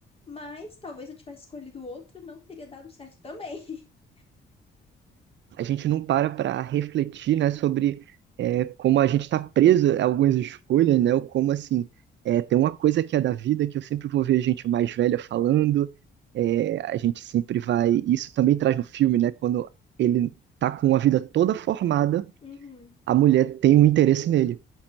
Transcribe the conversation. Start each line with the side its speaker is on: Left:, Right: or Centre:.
Left: Mas talvez se eu tivesse escolhido outra, não teria dado certo também. <laughs>
Right: A gente não para para refletir, né, sobre é, como a gente está preso a algumas escolhas, né, ou como assim é, tem uma coisa que é da vida que eu sempre vou ver gente mais velha falando. é, a gente sempre vai. Isso também traz no filme, né, quando ele tá com a vida toda formada,
Left: Uhum.
Right: a mulher tem um interesse nele.